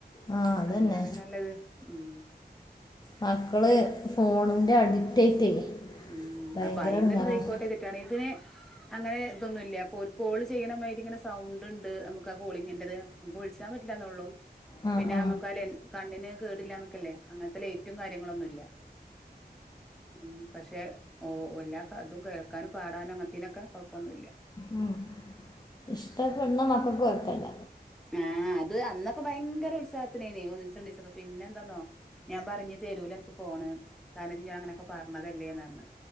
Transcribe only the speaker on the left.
ആ അതന്നെ
മക്കള് ഫോണിന്റെ അഡിക്റ്റായിട്ടേ
ഭയങ്കര
ഇടങ്ങേറാണ്
ആ
ആ
ഉം. ഇഷ്ടപ്പെടുന്ന മക്കക്ക് കൊയപ്പില്ല